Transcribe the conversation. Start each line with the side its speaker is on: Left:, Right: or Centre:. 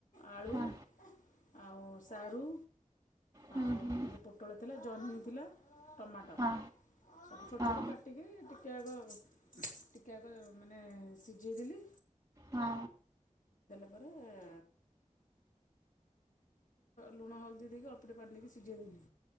Left: ଆଳୁ
Right: ହଁ
Left: ଆଉ ସାରୁ।
Right: ହୁଁ
Left: ଆଉ
Right: ହୁଁ
Left: ଟିକେ ପୋଟଳ ଥିଲା ଜହ୍ନି ଥିଲା। ଟମାଟୋ
Right: ହଁ
Left: ଛୋଟ
Right: ହଁ
Left: ଛୋଟ କାଟିକି ଟି ଟିକେ ଆଗ ଟିକେ ଆଗ ମାନେ ସିଝେଇଦେଲି।
Right: ହଁ।
Left: ତାପରେ ଏଁ ଲୁଣ ହଳଦୀ ଦେଇକି ଅଳ୍ପ ଟିକେ ପାଣି ଦେଇକି ସିଝେଇ ଦେଲି